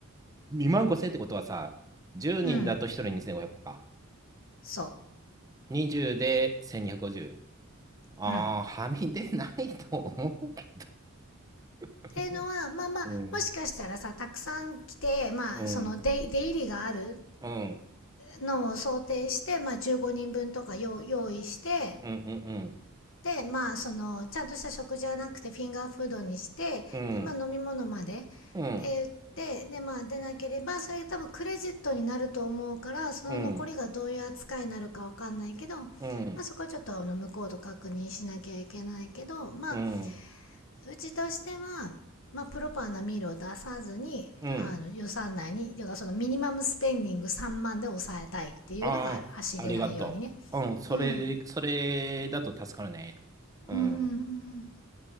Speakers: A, on the right (about 15°); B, on the left (about 65°).
A: 2万5000ってことはさ、10人だと1人2500か。
B: うん、そ
A: 20で1250。ああ、
B: う。うん。
A: はみ出ないと思うけど。
B: っていうのは、
A: うん。
B: まあまあ、
A: うん。
B: もしかしたらさ、たくさん来て、まあ、
A: うん。
B: その出出入りがある
A: うん
B: のを想定して、まあ、15人分とか用用意して、
A: うんうん。
B: で、まあ、その、ちゃんとした食事はなくて、フィンガーフードにして、
A: うん。
B: でまあ、飲み物まで、っ
A: うん。
B: て言って、で、まあ、出なければ、それ多分クレジットになると思うから、その残りがどういう扱いになるかわかんないけど、
A: うん。
B: ま
A: う
B: あ、そこはちょっとあの向こうと確認しなきゃいけないけど、まあ、
A: ん。
B: うちとしては、まあ、プロパーなミールを出さずに、
A: うん。
B: あの、予算内に、だからそのミニマムスペンディング3万で抑えたいっていうのがある。
A: ああー、
B: 足出ないようにね。
A: ありがとう。うん。それ、
B: うん。うん
A: それだと助かるね。うん。
B: うん